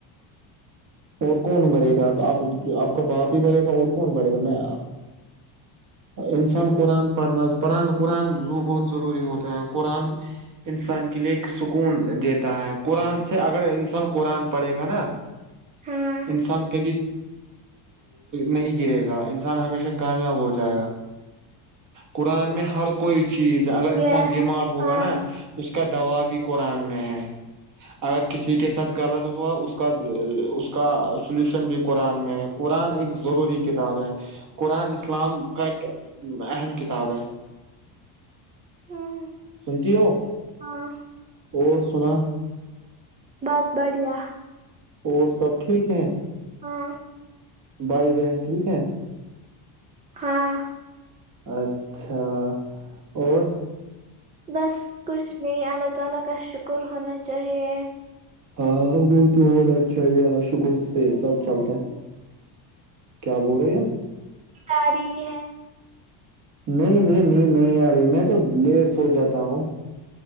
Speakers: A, on the right; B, on the right.
A: اور کون برے گا تو آپ آپ کا باپ ہی بڑے گا اور کون بڑے گا میں انسان قرآن پڑھنا پڑان قرآن زو بہت ضروری ہوتا ہے قرآن انسان کے لیے ایک سکون دیتا ہے قرآن سے اگر انسان قرآن پڑھےا گ نا
B: ہاں
A: انسان کبھی نہیں گرے گا انسان ہمیشہ کامیاب ہو جائے گا قرآن میں ہر کوئی چیز اگر انسان
B: یس
A: بیمار ہوگا
B: ہاں
A: نا اس کا دوا بھی قرآن میں ہے اگر کسی کے ساتھ غلط ہوا اس اس اس کا سولوشن بھی قرآن میں ہے قرآن ایک ضروری کتاب ہے قرآن اسلام کا ایک اہم کتاب ہے
B: ہاں
A: سنتی ہو
B: ہاں
A: اور سنا
B: بس بڑھیا
A: اور سب ٹھیک ہیں
B: ہاں
A: بھائی بہن ٹھیک ہے
B: ہاں
A: اچھا اور
B: بس کچھ نہیں اللہ تعالی کا شکر ہونا چاہیے
A: ہاں وہ تو ب اچھا ہی شکر سے سب چلتا ہے کیا بول رہی ہے
B: آ رہی ہے
A: نہیں میری نیند نہیں آ رہی میں تو لیٹ سو جاتا ہوں